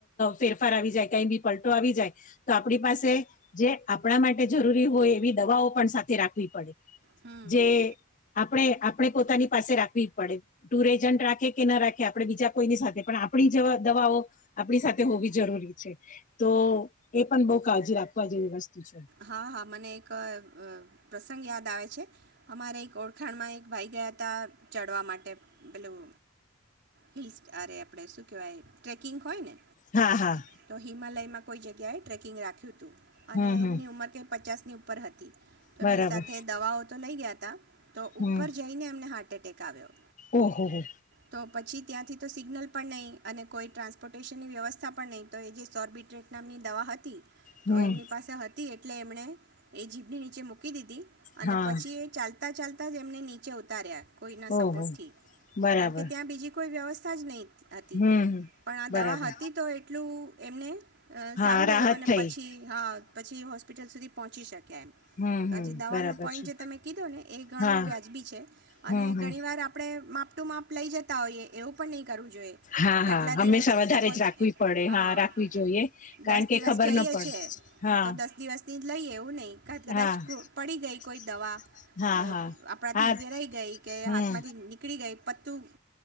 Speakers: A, on the left; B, on the right.
A: ફેરફાર આવી જાય. કઈ બી પલટો આવી જાય. તો આપણી પાસે જે આપણા માટે જરૂરી હોય, એવી દવાઓ પણ સાથે રાખવી પડે.
B: હમ
A: જે
B: હમ
A: આપણે આપણે પોતાની પાસે રાખવી જ પડે. ટુર એજન્ટ રાખે કે ના રાખે આપણે બીજા કોઈની સાથે પણ આપણી જેવા દવાઓ આપણી સાથે હોવી જરૂરી છે તો એ પણ બઉ કાળજી રાખવા જેવી વસ્તુ છે.
B: હા હા મને એક પ્રસંગ યાદ આવે છે અમારે એક ઓ ખાણમાં એક ભાઈ ગયા હતા ચડવા માટે પેલું હિલ્સ અરે આપણે શું કહેવાય ટ્રેકિંગ હોય ને
A: હા હા
B: તો હિમાલયમાં કોઈ જગ્યાએ ટ્રેકિંગ રાખ્યું તું
A: હમ
B: એમની
A: હમ
B: ઉંમર કઈ પચાસની ઉપર હતી તો
A: બરાબર
B: એમની સાથે દવાઓ તો લઈ ગયા હતા તો
A: હમ
B: ઉપર જઈને એમને હાર્ટ એટેક આવ્યો
A: ઓહો હો
B: તો પછી ત્યાંથી તો સિગ્નલ પણ નહીં અને કોઈ ટ્રાન્સપોર્ટેશનની વ્યવસ્થા પણ નહીં તો એ જે સોર્બિટ્રેટ નામની દવા હતી
A: હમ
B: તો એમની પાસે હતી એટલે એમણે એ જીભની નીચે મૂકી દીધી અને
A: હા
B: પછી એ ચાલતી ચાલતાં ચાલતા જ એમને નીચે ઉતાર્યા કોઈના
A: ઓહો
B: સપોર્ટથી
A: બરાબર
B: કારણ કે ત્યાં બીજી કોઈ વ્યવસ્થા જ નહીં હતી
A: હમ હમ,
B: પણ આ
A: બરાબર
B: દવા હતી તો એટલું એમને
A: હા
B: સારું
A: રાહત
B: રહ્યું અને
A: થઈ
B: પછી હા પછી હોસ્પિટલ સુધી પહોંચી શક્યા એમ
A: હમ
B: તો
A: હમ
B: આજે દવાનો
A: બરાબર
B: પોઈન્ટ
A: છે
B: જે તમે કીધો ને એ ઘણો
A: હા
B: વ્યાજબી છે અને
A: હમ હમ
B: ઘણીવાર આપણે માપ ટ માપ લઈ જતા હોઈએ એવું પણ નહી કરવું જોઈએ
A: હા
B: કેટલા
A: હા હંમેશા
B: દિવસ
A: વધારે
B: સપોઝ
A: જ રાખવી પડે
B: હા
A: રાખવી જોઈએ
B: દસ
A: કારણ
B: દિવસ
A: કે ખબર
B: જઈએ
A: ન પડે
B: છે.
A: હા
B: તો દસ દિવસની જ લઈ એવું નહી કાચ કદાચ
A: હા હા
B: પડી ગઈ કોઈ દવા અ
A: હા હા
B: આપણાથી વેરાઈ ગઈ કે
A: હમ
B: હાથમાંથી નીકળી ગઈ પત્તું